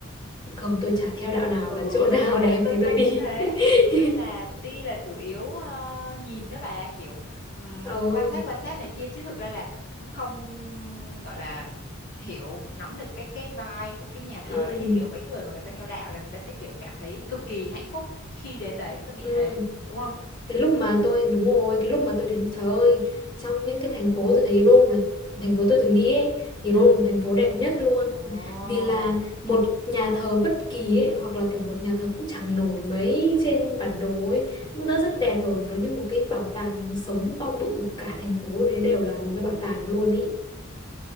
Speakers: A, on the left; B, on the left.
A: không tôi chả theo đạo nào
B: ừ
A: cả chỗ nào
B: vậy nên là
A: <laughs> đẹp
B: tôi
A: thì
B: tôi
A: tôi đi
B: cũng thế
A: <laughs>
B: nên là đi là chủ yếu ờ, nhìn đó bà kiểu ừm,
A: ừ
B: quan sát quan sát này kia chứ thực ra là cũng không gọi là hiểu nắm được cái cái vibe của cái nhà thờ
A: ừ
B: đó như kiểu mấy người mà người ta theo đạo là người ta sẽ kiểu cảm thấy cực kỳ hạnh phúc khi đến đấy tôi nghĩ
A: ừ
B: thế đúng không
A: cái lúc mà tôi đúng rồi cái lúc mà tôi đến trời ơi trong những cái thành phố tôi thấy Rome là thành phố tôi từng đi ấy thì
B: ừ
A: Rome là thành phố đẹp nhất luôn
B: ồ oh.
A: vì là một nhà thờ bất kỳ ấy hoặc là kiểu một nhà thờ cũng chẳng nổi mấy trên bản đồ ấy cũng đã rất đẹp rồi nó như một cái bảo tàng sống to bự cả thành phố đấy đều là một cái bảo tàng luôn ý